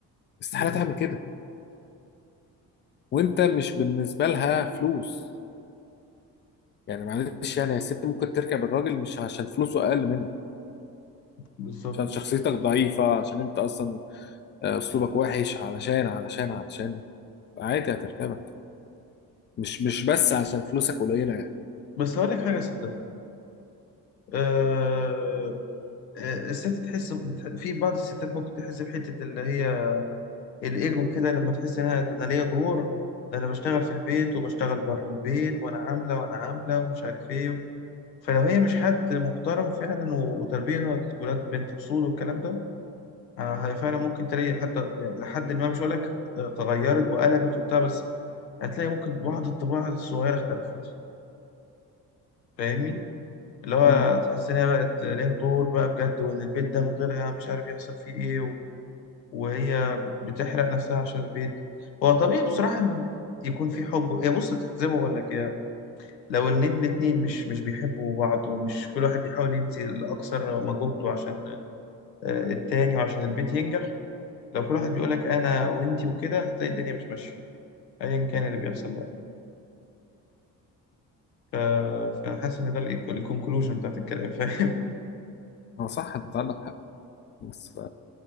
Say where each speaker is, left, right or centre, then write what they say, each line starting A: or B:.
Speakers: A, on the left; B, on the left.
A: استحاله
B: دي حقيقة
A: تعمل كده وانت مش بالنسبه لها فلوس يعني معلش يعني يا ست ممكن تركب الراجل مش عشان فلوسه اقل منه
B: بالظبط
A: عشان شخصيتك ضعيفه عشان انت اصلا آه، اسلوبك وحش علشان علشان علشان عادي هتركبك مش مش بس عشان فلوسك قليله يعني
B: بس هقول لك حاجه صدق آه... آه، الست تحس في بعض الستات ممكن تحس بحته اللي هي الايجو كده لما تحس ان انا ده انا ليا دور ده انا بشتغل في البيت وبشتغل بره البيت وانا عامله وانا عامله ومش عارف ايه فلو هي مش حد محترم فعلا و- وتربيه ولاد بنت اصول والكلام ده آه، هي فعلا ممكن تلاقي حتى يعني لحد ما مش هقول لك آه، تغيرت وقلبت وبتاع بس هتلاقي ممكن بعض الطباع الصغيره اختلفت فاهمني اللي هو
A: امم
B: تحس ان هي بقت ليها دور بقى بجد وان البيت ده من غيرها مش عارف يحصل فيه ايه وهي بت- بتحرق نفسها عشان البيت هو طبيعي بصراحة إن يكون في حب يا بص زي ما بقول لك يا لو إن الاتنين مش مش بيحبوا بعض ومش كل واحد بيحاول يبذل أقصى مجهوده عشان آه، التاني وعشان البيت ينجح لو كل واحد بيقول لك أنا وأنتي وكده هتلاقي الدنيا مش ماشية أيا كان اللي بيحصل بقى ف- فأنا حاسس إن ده الكونكلوجن بتاعت الكلام فاهم
A: هو صح انت عندك حق بس